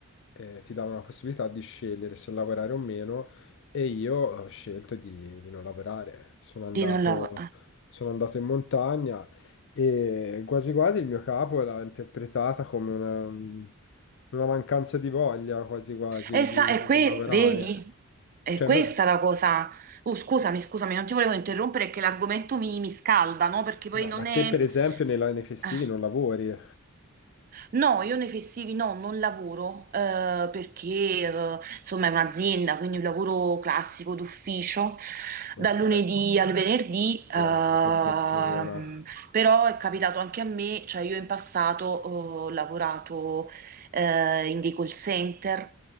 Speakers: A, on the left; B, on the right.
A: eh, ti davano la possibilità di scegliere se lavorare o meno e io ho scelto di, di non lavorare. Sono andato,
B: di non lavorare.
A: sono andato in montagna e quasi quasi il mio capo l'ha interpretata come una, una mancanza di voglia, quasi quasi,
B: E,
A: di,
B: sa, e
A: di
B: que-
A: non lavorare.
B: vedi, è
A: Cioè,
B: questa
A: no-
B: la cosa. Uh, scusami, scusami, non ti volevo interrompere che l'argomento mi, mi scalda, no? Perché poi
A: No,
B: non
A: ma te
B: è.
A: per esempio nei, nei festivi
B: eh,
A: non lavori?
B: No, io nei festivi no, non lavoro eh, perché eh, insomma è un'azienda, quindi un lavoro classico d'ufficio
A: Ok,
B: dal lunedì al venerdì, ehm,
A: wow, che fortuna.
B: però è capitato anche a me, cioè io in passato eh, ho lavorato eh, in dei call center